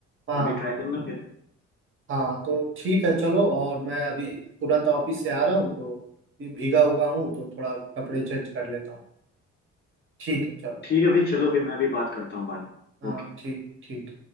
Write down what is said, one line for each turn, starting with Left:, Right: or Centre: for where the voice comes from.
Right: हाँ
Left: तुम भी
Right: हाँ
Left: ट्राई करना फिर
Right: हाँ तो ठीक है चलो और मैं अभी तुरंत ऑफिस से आ रहा हूँ तो ये भीगा हुआ हूँ तो थोड़ा कपड़े चेंज कर लेता हूँ ठीक है चलो
Left: ठीक है फिर चलो फिर मैं भी बात करता हूँ बाद
Right: हाँ
Left: में
Right: ठीक ठीक